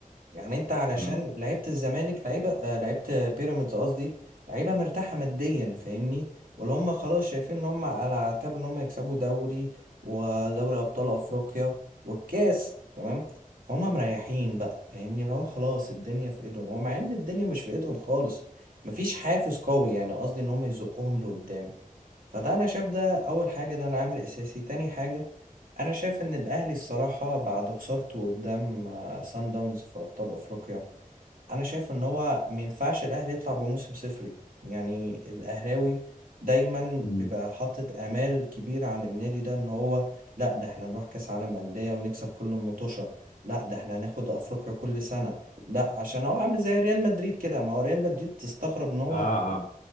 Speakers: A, on the right (about 70°); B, on the left (about 75°).
A: يعني انت علشان
B: مم.
A: لعيبه الزمالك لعيبه آه، لعيبه بيراميدز قصدي لعيبه مرتاحه ماديا فاهمني واللي هم خلاص شايفين ان هم على اعتاب ان هم يكسبوا دوري ودوري ابطال افريقيا والكاس تمام فهم مريحين بقى فاهمني اللي هو خلاص الدنيا في ايدهم ومع ان الدنيا مش في ايدهم خالص مفيش حافز قوي يعني قصدي ان هم يزقهم لقدام فده انا شايف ده اول حاجه ده العامل الاساسي تاني حاجه انا شايف ان الاهلي الصراحه بعد خسارته قدام سان داونز في ابطال افريقيا انا شايف ان هو ما ينفعش الاهلي يطلع بموسم صفري يعني الاهلاوي دايما
B: مم.
A: بيبقى حاطط امال كبيره عن النادي ده ان هو لا ده احنا نروح كاس عالم انديه ونكسب كل المطوشه لا ده احنا هناخد افريقيا كل سنه لا عشان هو عامل زي ريال مدريد كده ما هو ريال مدريد تستغرب ان هو
B: اه اه